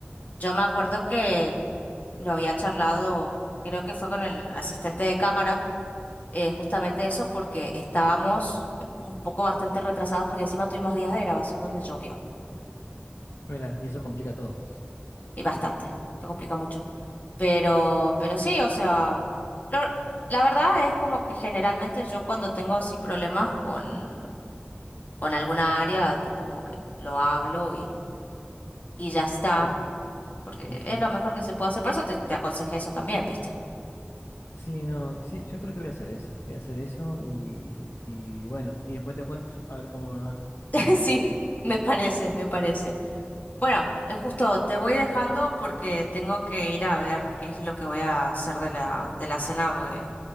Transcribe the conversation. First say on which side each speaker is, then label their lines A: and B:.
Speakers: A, on the left (about 45°); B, on the left (about 80°).
A: yo me acuerdo que lo había charlado, creo que fue con el asistente de cámara, eh, justamente eso porque estábamos un poco bastante retrasados porque encima tuvimos días de grabación donde llovió.
B: Mirá, y eso complica todo.
A: y bastante, lo complica mucho. Pero, pero sí, o sea, lo- la verdad es como que generalmente yo cuando tengo así problemas con, con alguna área, tipo como que lo hablo y, y ya está,
B: Claro.
A: porque
B: Y sí.
A: es lo mejor que se puede hacer. Por eso te, te aconsejé eso también, ¿viste?
B: Sí, no, sí, yo creo que voy a hacer eso. Voy a hacer eso y, y bueno, y después te cuento a ver cómo me va.
A: <laughs>
B: ¿Qué te
A: Sí,
B: parece?
A: me parece, me parece. Bueno, eh, justo te voy dejando porque tengo que ir a ver qué es lo que voy a hacer de la, de la cena, porque